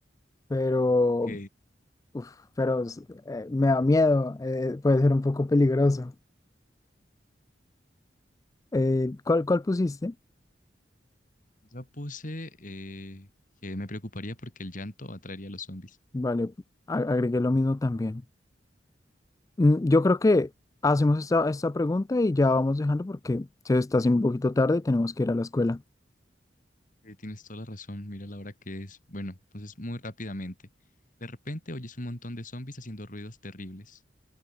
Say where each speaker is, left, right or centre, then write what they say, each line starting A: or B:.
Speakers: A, on the left; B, on the left.
A: pero
B: Ok,
A: Uf, pero eh, me da miedo, eh, puede ser un poco peligroso. Eh, ¿cuál, cuál pusiste?
B: yo puse eh, que me preocuparía porque el llanto atraería a los zombies.
A: Vale, a- agregué lo mismo también. Mm, Yo creo que hacemos esta, esta pregunta y ya vamos dejando porque se está haciendo un poquito tarde y tenemos que ir a la escuela.
B: Eh, tienes toda la razón, mira la hora que es. Bueno, entonces muy rápidamente. De repente oyes un montón de zombies haciendo ruidos terribles.